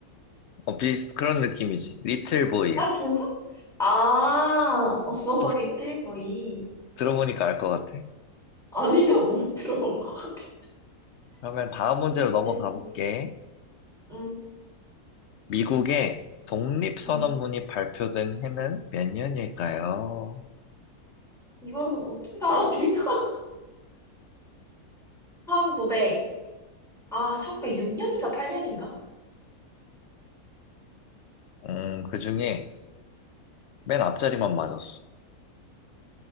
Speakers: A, on the left; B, in the centre.
A: 어, 비슷, 그런 느낌이지. 리틀 보이야.
B: 아, 진짜? 아, <laughs> 어머
A: 또
B: 리 틀 보이.
A: 들어보니까 알 것 같아.
B: 아니, 나 못 들어본 것 같아.
A: 그러면 다음 문제로
B: 6대1보이.
A: 넘어가 볼게.
B: 응,
A: 미국의 독립선언문이
B: 응.
A: 발표된 해는 몇 년일까요?
B: 이걸 어떻게 알아, 내가? <laughs> 1900. 아, 1906년인가 8년인가?
A: 음, 그 중에 맨 앞자리만 맞았어.